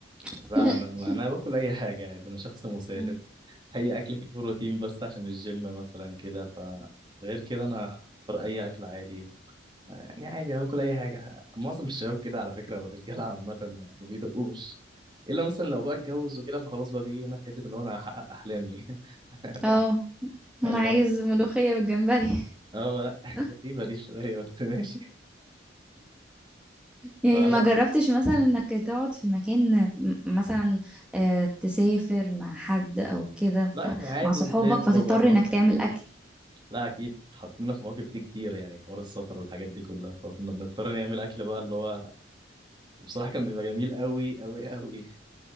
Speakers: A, in the centre; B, on the right.
A: <laughs>
B: لا
A: <coughs>
B: أنا أنا باكل أي حاجة عادي أنا شخص مسالم
A: مم.
B: أي أكل كده بروتين بس عشان الجيم مثلا كده فغير كده أنا أختار أي أكل عادي يعني عادي أنا باكل أي حاجة معظم الشباب كده على فكرة والرجالة عامة ما بيدقوش إلا مثلا لو بقى اتجوز وكده فخلاص بقى بيجي هنا في حتة اللي هو أنا هحقق أحلامي <laughs> بعد
A: اه انا
B: اللي
A: عايز
B: هو
A: ملوخية بالجمبري
B: اه لا <laughs>
A: <laughs>
B: غريبة دي شوية بس ماشي
A: يعني
B: فلا
A: ما جربتش مثلا انك تقعد في مكان م- مثلا آه، تسافر مع حد او كده ف...
B: لا احنا عادي
A: مع صحابك
B: نسافر
A: فتضطر
B: وجربنا
A: انك تعمل اكل
B: لا اكيد حطينا في مواقف دي كتير يعني حوار السفر والحاجات دي كلها فكنا بنضطر نعمل اكل بقى اللي هو وبصراحة كان بيبقى جميل قوي قوي قوي